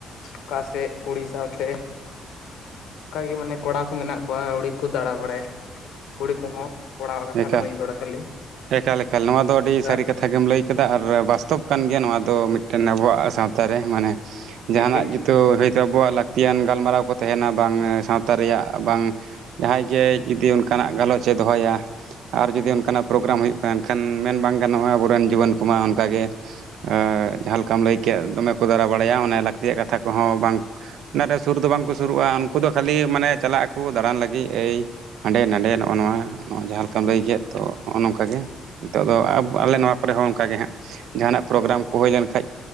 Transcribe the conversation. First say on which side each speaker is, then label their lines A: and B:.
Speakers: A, on the left; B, on the right.
A: ᱚᱠᱟ ᱥᱮᱫ ᱠᱩᱲᱤ ᱥᱟᱶᱛᱮ ᱚᱱᱠᱟᱜ ᱜᱮ ᱢᱟᱱᱮ ᱠᱚᱲᱟ ᱠᱚ ᱢᱮᱱᱟᱜ ᱠᱚᱣᱟ ᱟᱹᱣᱲᱤ ᱠᱚ ᱫᱟᱬᱟ ᱵᱟᱲᱟᱭᱟ ᱠᱩᱲᱤ ᱠᱚᱦᱚᱸ ᱠᱚᱲᱟᱣᱟᱜ ᱠᱟᱛᱷᱟ
B: ᱮᱠᱟᱞ
A: ᱫᱚ ᱵᱟᱹᱧ ᱨᱚᱲᱟ ᱠᱷᱟᱹᱞᱤ
B: ᱮᱠᱟᱞ ᱮᱠᱟᱞ ᱱᱚᱣᱟ ᱫᱚ ᱟᱹᱰᱤ
A: ᱚᱱᱠᱟ
B: ᱥᱟᱹᱨᱤ ᱠᱟᱛᱷᱟ ᱜᱮᱢ ᱞᱟᱹᱭ ᱠᱮᱫᱟ ᱟᱨ ᱵᱟᱥᱛᱚᱵ ᱠᱟᱱ ᱜᱮᱭᱟ ᱱᱚᱣᱟ ᱫᱚ ᱢᱤᱫᱴᱮᱱ ᱟᱵᱚᱣᱟᱜ ᱥᱟᱶᱛᱟ ᱨᱮ ᱢᱟᱱᱮ ᱡᱟᱦᱟᱱᱟᱜ
A: ᱢᱤᱴᱤᱱ
B: ᱡᱩ ᱛᱚ ᱦᱚᱳᱭᱛᱚ ᱟᱵᱚᱣᱟᱜ ᱞᱟᱹᱠᱛᱤᱭᱟᱱ ᱜᱟᱞᱢᱟᱨᱟᱣ ᱠᱚ ᱛᱟᱦᱮᱸᱱᱟ ᱵᱟᱝ ᱥᱟᱶᱛᱟ ᱨᱮᱭᱟᱜ ᱵᱟᱝ ᱡᱟᱦᱟᱸᱭ ᱜᱮ ᱡᱩᱫᱤ ᱩᱱ ᱚᱱᱠᱟᱱᱟᱜ ᱜᱟᱞᱚᱪ ᱮ ᱫᱚᱦᱚᱭᱟ ᱟᱨ ᱡᱩᱫᱤ ᱚᱱᱠᱟᱱᱟᱜ ᱯᱨᱳᱜᱨᱟᱢ ᱦᱩᱭᱩᱜ ᱠᱟᱱ ᱠᱷᱟᱱ ᱢᱮᱱ ᱵᱟᱝ ᱱᱚᱣᱟ ᱟᱵᱚᱨᱮᱱ ᱡᱩᱣᱟᱹᱱ ᱠᱚᱢᱟ ᱚᱱᱠᱟᱜ ᱜᱮ ᱟᱸ ᱡᱟᱦᱟᱸ ᱞᱮᱠᱟᱢ ᱞᱟᱹᱭ ᱠᱮᱫ ᱫᱚᱢᱮ ᱠᱚ ᱫᱟᱨᱟ ᱵᱟᱲᱟᱭᱟ ᱚᱱᱮ ᱞᱟᱹᱠᱛᱤᱭᱟᱜ ᱠᱟᱛᱷᱟ ᱠᱚᱦᱚᱸ ᱵᱟᱝ ᱚᱱᱟᱨᱮ ᱥᱩᱨ ᱫᱚ ᱵᱟᱝᱠᱚ ᱥᱩᱨᱩᱜᱼᱟ ᱩᱱᱠᱩ ᱫᱚ ᱠᱷᱟᱹᱞᱤ ᱢᱟᱱᱮ ᱪᱟᱞᱟᱜ ᱟᱠᱚ ᱫᱟᱬᱟᱱ ᱞᱟᱹᱜᱤᱫ ᱮᱭ ᱦᱟᱸᱰᱮ ᱱᱟᱰᱮ ᱱᱚᱜᱼᱚ ᱱᱚᱣᱟ ᱱᱚᱭ ᱡᱟᱦᱟᱸ ᱞᱮᱠᱟᱢ ᱞᱟᱹᱭ ᱠᱮᱫ ᱛᱚ ᱦᱚᱸᱜ-ᱚ ᱱᱚᱝᱠᱟ ᱜᱮ ᱱᱤᱛᱚᱜ ᱫᱚ ᱟᱹᱵᱚ ᱟᱵ ᱟᱞᱮ ᱱᱚᱣᱟ ᱠᱚᱨᱮ ᱦᱚᱸ ᱚᱱᱠᱟᱜᱮ ᱦᱟᱸᱜ ᱡᱟᱦᱟᱸᱱᱟᱜ ᱯᱨᱳᱜᱨᱟᱢ ᱠᱚ ᱦᱩᱭ ᱞᱮᱱ ᱠᱷᱟᱡ